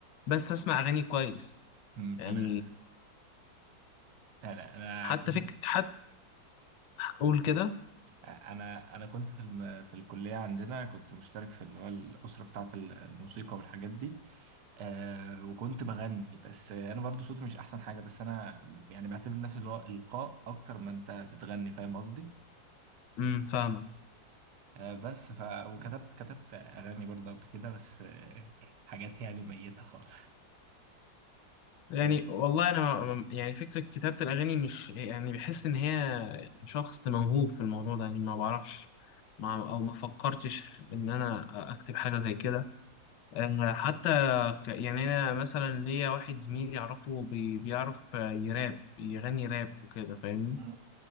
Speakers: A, on the left (about 70°); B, on the right (about 65°).
A: بس أسمع أغاني كويس
B: أمم،
A: يعني
B: انا انا انا
A: حتى فكرة حتى أقول كده
B: انا انا كنت في الم... في الكليه عندنا كنت مشترك في اللي هو الاسره بتاعه ال- الموسيقى والحاجات دي آه وكنت بغني بس انا برضو صوتي مش احسن حاجه بس انا يعني بعتبر نفسي اللي هو القاء اكتر ما انت بتغني فاهم قصدي
A: امم فاهمة
B: آه بس ف وكتبت كتبت اغاني برضه قبل كده بس آه كانت حاجات يعني ميته خالص
A: يعني
B: آه،
A: والله أنا ما- ما- يعني فكرة كتابة الأغاني مش يعني بحس إن هي شخص موهوب في الموضوع ده يعني ما بعرفش ما أو ما فكرتش إن أنا أكتب حاجة زي كده أنا حتى ك- يعني أنا مثلا ليا واحد زميلي أعرفه بي- بيعرف يراب يغني راب وكده فاهمني
B: <laughs>